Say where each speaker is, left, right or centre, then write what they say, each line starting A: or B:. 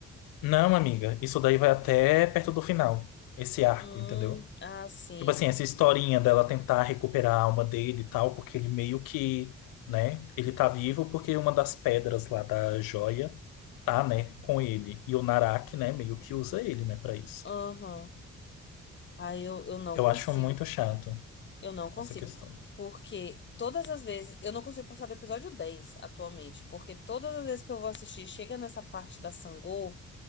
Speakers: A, on the left; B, on the left.
A: Não, amiga, isso daí vai até perto do final, esse arco,
B: Hum,
A: entendeu?
B: ah, sim.
A: Tipo assim, essa historinha dela tentar recuperar a alma dele e tal, porque ele meio que, né, ele tá vivo porque uma das pedras lá da joia tá, né, com ele. E o Naraki, né, meio que usa ele, né, pra isso.
B: Uhum. Aí eu, eu não
A: Eu
B: consigo.
A: acho muito chato
B: Eu não consigo.
A: essa questão.
B: Porque todas as vezes. Eu não consigo passar do episódio 10 atualmente. Porque todas as vezes que eu vou assistir, chega nessa parte da Sangô,